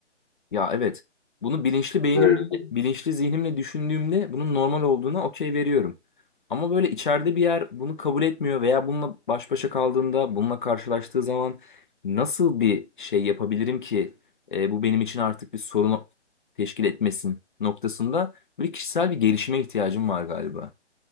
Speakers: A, on the left (about 45°); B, on the left (about 20°).
A: Ya evet. Bunu bilinçli beynimle,
B: böyle bir durum.
A: bilinçli zihnimle düşündüğümde bunun normal olduğuna okey veriyorum. Ama böyle içeride bir yer bunu kabul etmiyor veya bununla baş başa kaldığında, bununla karşılaştığı zaman nasıl bir şey yapabilirim ki e, bu benim için artık bir sorun teşkil etmesin noktasında böyle kişisel bir gelişime ihtiyacım var galiba.